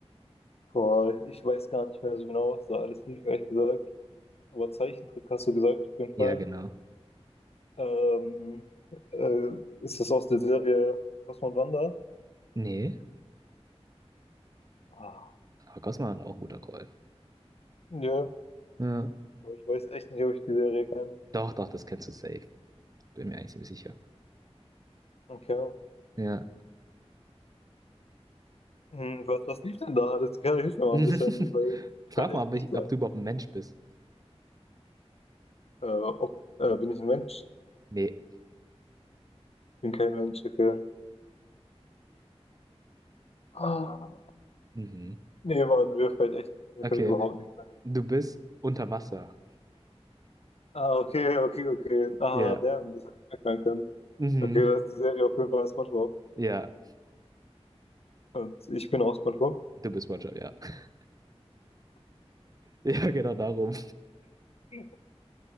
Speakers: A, on the left; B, on the right.
A: Boah, ich weiß gar nicht mehr so genau, was da alles lief, ehrlich gesagt. Aber Zeichentrick hast du gesagt, auf jeden Fall.
B: Ja, genau.
A: Ähm, äh, ist das aus der Serie Cosmo und Wanda?
B: Nee.
A: Ah,
B: Aber Cosma war auch ein guter Call.
A: nö.
B: Ja.
A: Aber ich weiß echt nicht, ob ich die Serie kenne.
B: Doch, doch, das kennst du safe. Bin mir eigentlich ziemlich sicher.
A: Okay.
B: Ja.
A: Hm, was, was lief denn da? Das kann ich mir mal
B: <laughs>
A: ein bisschen, weil mir
B: Frag
A: fällt echt
B: mal, ob,
A: nicht
B: ich,
A: sein.
B: ob du überhaupt ein Mensch bist.
A: Äh, ob, äh, bin ich ein Mensch?
B: Nee.
A: Bin kein Mensch, okay. Ah,
B: Mhm.
A: nee, Mann, mir fällt echt, mir
B: Okay.
A: fällt überhaupt nicht ein.
B: Du bist unter Wasser.
A: Ah, okay, okay, okay. Ah,
B: Ja.
A: damn, das hätte ich merken können.
B: Mhm.
A: Okay, da ist die Serie auf jeden Fall SpongeBob.
B: Ja.
A: Und ich bin auch SpongeBob.
B: Du bist SpongeBob, ja. <laughs> Ja, genau darum.
A: <laughs>